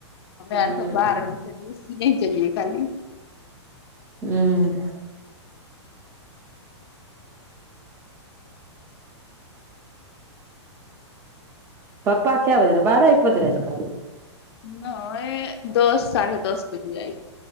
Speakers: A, on the left; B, on the right.
A: हम्मे
B: हूँ
A: आर सब बाहर छलियै, सीयै छलियै काली।
B: ह्म्म। पप्पा कैऽ बजे रइ, बारह एक बजे राइत क अबै अइ?
A: नैय, दस साढ़े दस बजे आइ